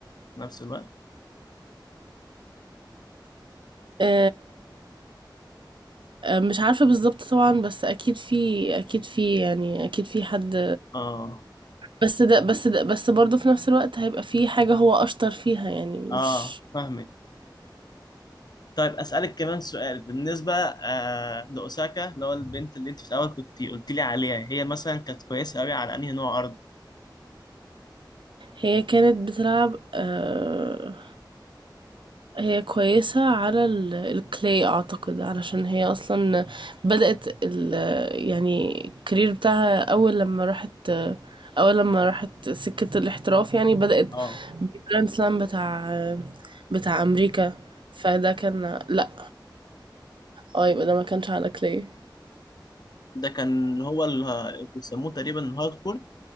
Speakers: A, on the left; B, on the right.
A: في نفس الوقت
B: آآ، مش عارفة بالضبط طبعًا، بس أكيد في أكيد في يعني أكيد في حد
A: اه
B: بس ده بس ده بس برضه في نفس الوقت هيبقى في حاجة هو أشطر فيها يعني مش
A: اه فاهمك طيب اسالك كمان سؤال بالنسبه آه لاوساكا اللي هو البنت اللي انت في الاول كنت قلت لي عليها هي مثلا كانت كويسه قوي على انهي نوع ارض
B: هي كانت بتلعب آآ هي كويسة على ال- الكلي اعتقد علشان هي اصلا بدأت ال يعني الكارير بتاعها اول لما راحت اول لما راحت سكة الاحتراف يعني بدأت
A: اه
B: بالجراند سلام بتاع بتاع امريكا فده كان لا اه يبقى ده ما كانش على كلي
A: ده كان اللي هو اللي بيسموه تقريبا الهارد كور